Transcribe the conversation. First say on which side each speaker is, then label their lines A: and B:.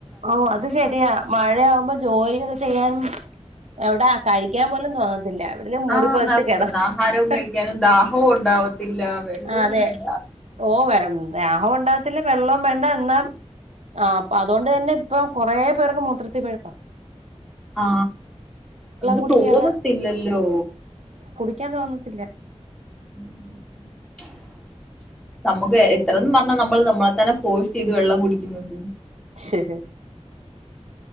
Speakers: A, on the right; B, in the centre.
A: ഓഹ് അത് ശരിയാ മഴയാവുമ്പോ ജോലികൾ ചെയ്യാനും എവിടാ കഴിക്കാൻ പോലും തോന്ന...... ല്ല എവിടിന്ന മൂടി
B: ആഹ്
A: പോതച്ച് കിടാ.....
B: ആഹാരവും
A: ഹി.....
B: കഴിക്കാനും ദാഹവും ഉണ്ടാവത്തില്ല വെള്ളവും
A: ആഹ് അതെ
B: വേണ്ട
A: ഓഹ് വെ ദഹം ഉണ്ടാകത്തില്ല വെള്ളൊം വേണ്ട ആ അപ്പ അതുകൊണ്ട് തന്നെ ഇപ്പൊ കൊറെ പേർക്ക് മൂത്രത്തി പിഴപ്പാ.
B: ആ, <unintelligible>
A: കുടിക്കാതെ
B: തോന്നത്തില്ലല്ലോ.
A: ക്കാ തോന്നത്തില്ല.
B: ഉം <inaudible>
A: ശ് ഹ് ഹ്...